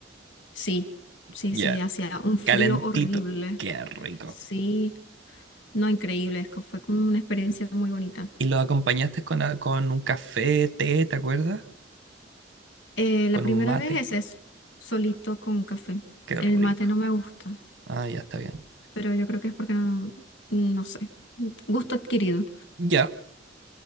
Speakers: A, on the left; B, on the right.
A: Sí, sí,
B: Ya,
A: sí, hacía un frío
B: calentito.
A: horrible.
B: Qué rico.
A: Sí, no, increíble, es que fue como una experiencia muy bonita.
B: Y lo acompañaste con, a- con un café, té, ¿te acuerdas?
A: Eh, la
B: Con
A: primera
B: un mate.
A: vez es, es solito con café.
B: Qué
A: El
B: rico.
A: mate no me gusta,
B: Ah, ya está bien.
A: pero yo creo que es porque no, no sé, gusto adquirido.
B: Ya.